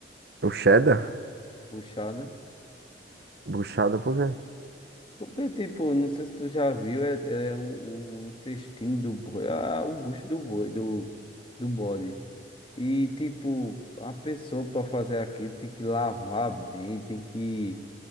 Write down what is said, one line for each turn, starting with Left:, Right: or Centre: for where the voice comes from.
Right: O cheddar?
Left: Buchada.
Right: Buchada por quê?
Left: Porque, tipo, não sei se tu já viu, é, é o, o intestino do boi, ah, o bucho do boi, do, do bode. E, tipo, a pessoa para fazer aquilo tem que lavar bem, tem que